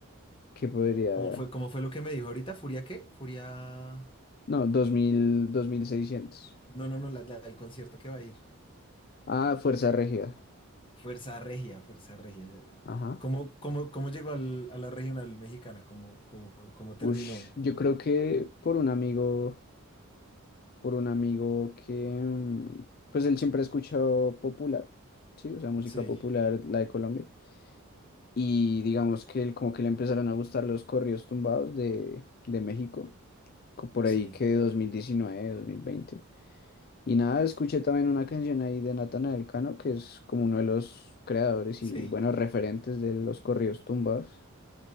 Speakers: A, on the left; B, on the left.
A: que podría,
B: ¿Cómo fue, cómo fue lo que me dijo ahorita? ¿Furia qué? Furia.
A: no, dos dos mil dos mil seiscientos
B: No, no, no, la, la- el concierto que va a ir.
A: Ah, Fuerza Regida.
B: Fuerza Regia, Fuerza Regia. ya-
A: Ajá.
B: ¿Cómo, cómo, cómo llegó al- a la regional mexicana? ¿Cómo, cómo, cómo terminó?
A: Ush, yo creo que por un amigo. por un amigo que, mm, pues él siempre ha escuchado popular, ¿sí? O sea, música
B: Sí,
A: popular, la de Colombia. Y digamos que él, como que le empezaron a gustar los corridos tumbados de, de México, co- por
B: sí,
A: ahí que 2019, 2020. Y nada, escuché también una canción ahí de Natanael Cano, que es como uno de los creadores
B: sí.
A: y, bueno, referentes de los corridos tumbados.